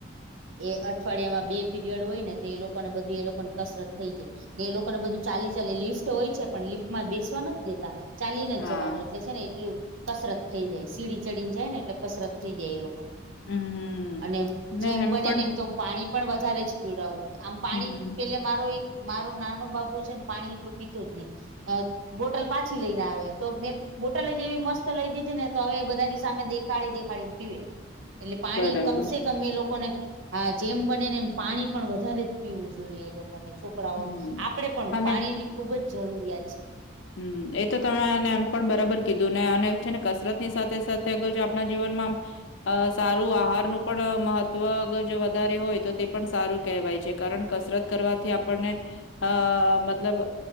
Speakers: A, on the right; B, on the left.
A: એ અઠવાડિયામાં બે પીરિયડ હોય ને તો એ લોકોને બધું એ લોકો ની કસરત થઈ જાય એ લોકોને બધું ચાલી ચાલી લિફ્ટ હોય છે પણ લિફ્ટમાં બેસવા નથી દેતા. ચાલીને જ
B: હા
A: જવાનું એટલે છે ને એટલું કસરત થઈ જાય સીડી ચડીને જાય ને એટલે કસરત થઈ જાય એ લોકોને
B: હમ
A: અને
B: ને
A: જેમ
B: એમ
A: બને
B: પણ
A: ને એમ તો હું પાણી પણ વધારે જ પીવડાવું આમ પાણી
B: હમ
A: પેલે મારો એક મારો નાનો બાબુ છે ને પાણી એટલું પીતો જ નહી અ બોટલ પાછી લઈને આવે તો મે બોટલે જ એવી મસ્ત લઈ દીધી ને તો હવે એ બધાની સામે દેખાડી દેખાડીને પીવે એટલે પાણી
B: બરાબર
A: કમસે કમ એ લોકો ને હા જેમ બને ને એમ પાણી પણ વધારે જ પીવું જોઈએ એ લોકો ને છોકરાઓને
B: હમ
A: આપડે પણ
B: અને
A: પાણીની ખુબ જ જરૂરિયાત છે.
B: હમ એ તો તમેને એમ પણ બરાબર કીધું ને અને છે ને કસરત ની સાથે સાથે અગર જો આપણા જીવનમાં આમ અ સારું આહારનું પણ મહત્વ જો વધારે હોય તો તે પણ સારું કહેવાય છે કારણ કસરત કરવાથી આપણને અ મતલબ